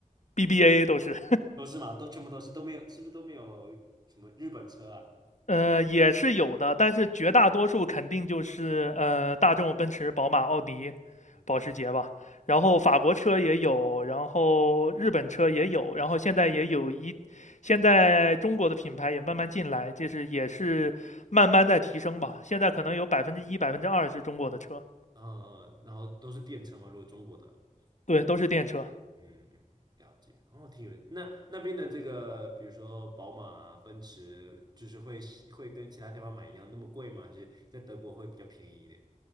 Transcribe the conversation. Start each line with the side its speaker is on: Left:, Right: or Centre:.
Left: ，BBA 都是。
Right: 都是吗？都全部都是都没有，是不是都没有什么日本车啊？
Left: 呃，也是有的，但是绝大多数肯定就是呃，大众、奔驰、宝马、奥迪、
Right: 嗯哼，
Left: 保时捷吧。然后法国车也有，然后日本车也有，然后现在也有一，现在中国的品牌也慢慢进来，就是也是慢慢在提升吧。现在可能有百分之一、百分之二是中国的车，
Right: 嗯嗯，然后都是电车吗？如果中国的？
Left: 对，都是电车。
Right: 嗯嗯，了解。哦，挺有。那那边的这个，比如说宝马啊、奔驰，就是会会跟其他地方买一样那么贵吗？还是在德国会比较便宜一点？